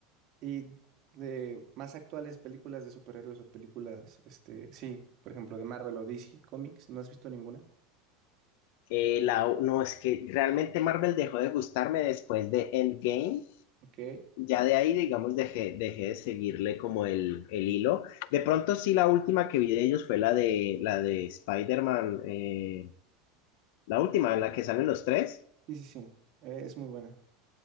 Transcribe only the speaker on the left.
Eh, la, no, es que realmente Marvel dejó de gustarme después de Endgame.
Ya de ahí, digamos, dejé, dejé de seguirle como el, el hilo. De pronto sí, la última que vi de ellos fue la de, la de Spider-Man, eh, la última en la que salen los tres.